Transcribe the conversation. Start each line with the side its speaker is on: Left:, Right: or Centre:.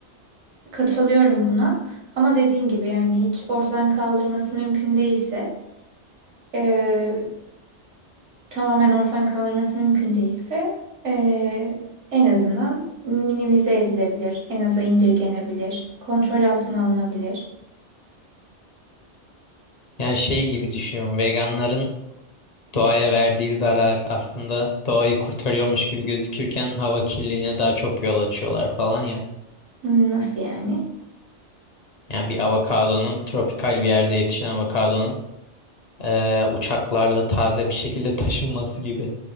Right: katılıyorum buna. Ama dediğin gibi yani hiç ortadan kaldırması mümkün değilse e, tamamen ortadan kaldırması mümkün değilse e, en azından minimize edilebilir. En aza indirgenebilir. Kontrol altına alınabilir.
Left: Yani şey gibi düşünüyorum. Veganların doğaya verdiği zarar aslında doğayı kurtarıyormuş gibi gözükürken hava kirliliğine daha çok yol açıyorlar falan ya.
Right: Hmm, Nasıl yani?
Left: Yani bir avokadonun tropikal bir yerde yetişen avokadonun eee, uçaklarla taze bir şekilde taşınması gibi.